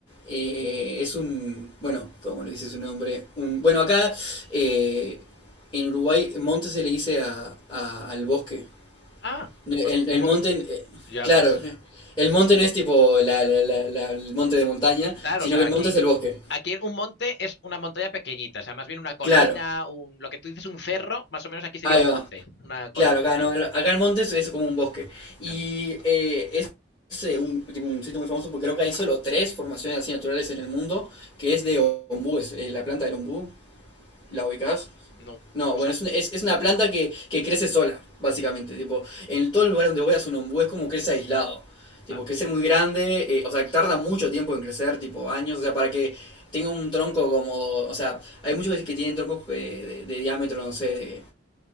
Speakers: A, on the left; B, on the left.
A: eh, es un, bueno, como le dice su nombre, un, bueno, acá eh, en Uruguay monte se le dice a, a- al bosque.
B: Ah,
A: El,
B: hostia,
A: el
B: mo-
A: monte, eh,
B: ya
A: claro,
B: ves.
A: el monte no es tipo la- la- la- la- el monte de montaña,
B: Claro,
A: sino
B: o sea,
A: que el
B: aquí,
A: monte es el bosque.
B: aquí un monte es una montaña pequeñita, o sea, más bien una colina,
A: Claro,
B: un, lo que tú dices un cerro, más o menos aquí sería
A: ahí
B: un
A: va.
B: monte, una colina,
A: Claro, acá
B: o sea,
A: no,
B: un-
A: acá en Montes es como un bosque. Y
B: a mí
A: eh, es, es, eh, un, tipo, un sitio muy famoso porque creo que hay solo tres formaciones así naturales en el mundo, que es de ombú, es, eh, la planta del ombú, ¿la ubicás?
B: no, o
A: No, bueno,
B: sea,
A: es, un- es, es una planta que, que crece sola, básicamente. Tipo, en todos los lugares donde voy a un ombú es como crece aislado. Tipo,
B: ah,
A: crece muy grande, eh, o sea, tarda mucho tiempo en crecer, tipo años, o sea, para que tenga un tronco como, o sea, hay muchos que que tienen troncos eh, de, de diámetro, no sé, de